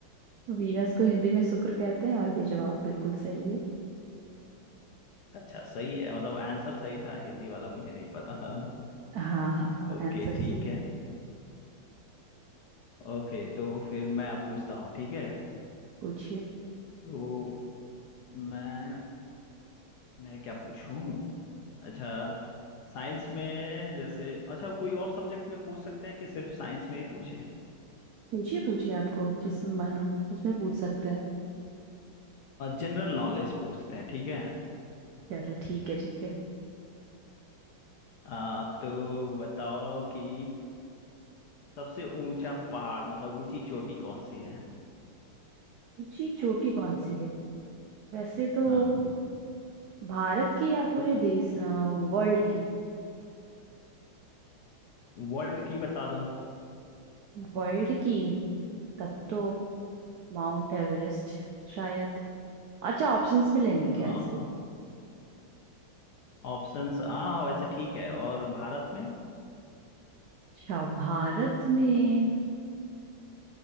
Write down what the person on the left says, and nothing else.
अच्छा सही है मतलब आंसर सही था हिंदी वाला मुझे नहीं पता था
ओके
ठीक है
ओके तो फिर मैं अब पूछता हूँ ठीक है
तो मैं मैं क्या पूछूं अच्छा साइंस में जैसे अच्छा कोई और सब्जेक्ट में पूछ सकते हैं कि सिर्फ साइंस में ही पूछें
जनरल नॉलेज पूछते हैं ठीक है
आ, तो बताओ कि सबसे ऊंचा पहाड़ मतलब ऊंची चोटी कौन सी है
हाँ
वर्ल्ड की बता दो
हाँ
ऑप्शंस हाँ वैसे ठीक है और भारत में <laughs>